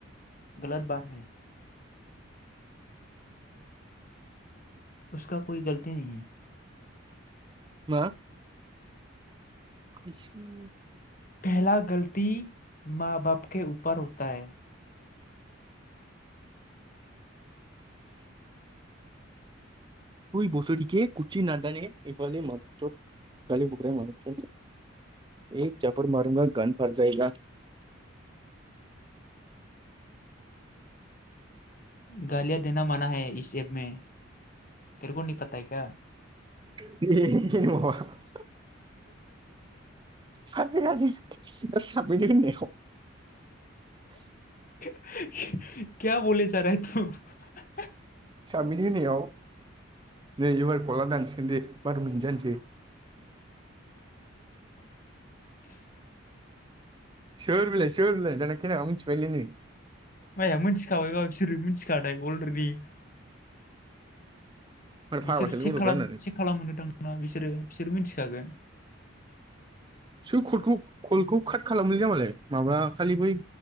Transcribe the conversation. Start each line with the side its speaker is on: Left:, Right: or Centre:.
Left: गलत बाद है उसका कय गलती नही है
Right: मा इसोर
Left: पेहेला गोलती मा बप के फोर हता है
Right: ओइ बसरिके कुचि नाजाने ए गालि मादारसथ गलि बख राहा है मादारसथ ए जापर मारगा गान फातजायेगा <unintelligible>
Left: गालिया देना मा <unintelligible> ना <unintelligible> तेरेक' निहि पाता हैं क्या
Right: <unintelligible> हाजें हाजि साबैनो होननायाव <unintelligible>
Left: क्या बले जा राहा है थु
Right: साबमिट होनायाव नै एबार कला दानसै दोनदो बार' मिनिट जानोसै
Left: <inaudible>
Right: सोर बिलाय सोर बिलाय दाना खोनानानै मिथिबालाय नो
Left: माया मिथिखाबायबा बिसोरो मिथिखानाय अलरेडि
Right: मार फाग्लासोलै
Left: बिसोर चेक
Right: गथ'फ्रा
Left: खालाम
Right: होननानै
Left: चेक खालामहो दां ना बिसोरो बिसोर मिथिख जागोन
Right: सोर कलखौ कलखौ काट खालामालै जाम्बालाय माबा खालि बै